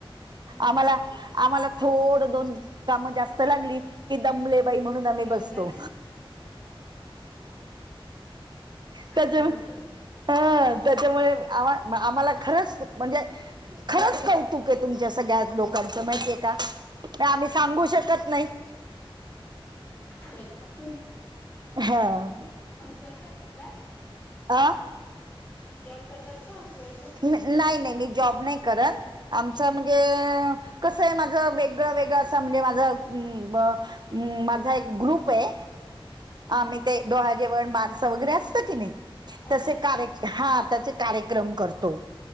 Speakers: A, on the left; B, on the right.
A: हम्म
B: आम्हाला आम्हाला थोड दोन काम जास्त लागली. कि दमलेबाई म्हणून आम्ही
A: दमल्या
B: बसतो त्याच्या
A: असंच होतं.
B: ह. त्याच्यामुळे आमा आम्हाला खरंच म्हणजे खरंच कौ तुक हे तुमच्या सगळ्याच लोकांच माहितीय हे का. म आम्ही सांगू शकत नाही.
A: करतात की.
B: हा.
A: वाईफ आहेत का?
B: आ.
A: तुम्ही जॉ करतात का <unintelligible>
B: नाही, नाही मी जॉब नाही करत आमच म्हणजे कसं आहे माझं वेगळं, वेगळं असं म्हणजे माझं अं ब माझा एक ग्रुप आहे
A: हा
B: आम्ही ते डोहाळ जेवण बारसं वगैरे असतं की नाही
A: अच्छा
B: तसे
A: अच्छा
B: कार हा तसे कार्यक्रम करतो